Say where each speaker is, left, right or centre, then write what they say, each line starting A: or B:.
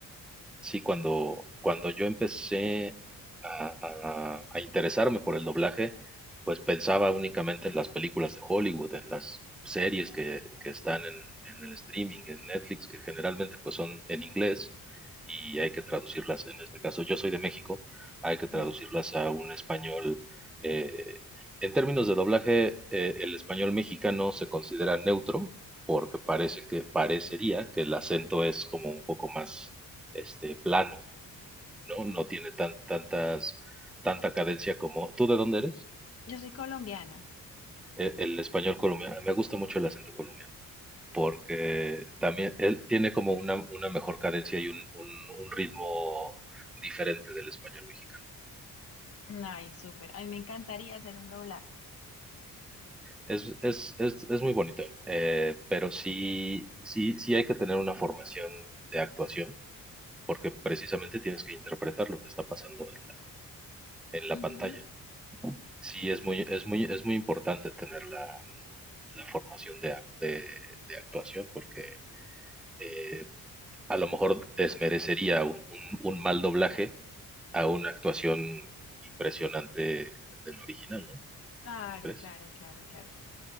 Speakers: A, in the centre; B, on the left (about 40°).
A: Sí, cuando, cuando yo empecé a, a- a interesarme por el doblaje, pues pensaba únicamente en las películas de Hollywood, en las series que, que están en, en el streaming, en Netflix, que generalmente pues son en inglés y hay que traducirlas. En este caso, yo soy de México, hay que
B: Ujú,
A: traducirlas a un español. eh, en términos de doblaje, eh, el español mexicano se considera neutro porque parece que parecería que el acento es como un poco más este, plano, ¿no? No tiene tan, tantas, tanta cadencia como... ¿Tú de dónde eres?
B: Yo soy colombiana.
A: El, el español colombiano. Me gusta mucho el acento colombiano, porque también él tiene como una, una mejor cadencia y un, un- un ritmo diferente del español mexicano.
B: Ay, súper. A mí me encantaría hacer un doblaje.
A: Es, es, es, es muy bonito, eh, pero sí, sí, sí hay que tener una formación de actuación, porque precisamente tienes que interpretar lo que está pasando en la, en la
B: ujú.
A: pantalla. Sí, es muy, es muy, es muy importante tener la, la formación de, ac- de- de actuación porque eh, a lo mejor desmerecería un, un- un mal doblaje a una actuación impresionante del original, ¿no?
B: Claro,
A: ¿No crees?
B: claro, claro, claro.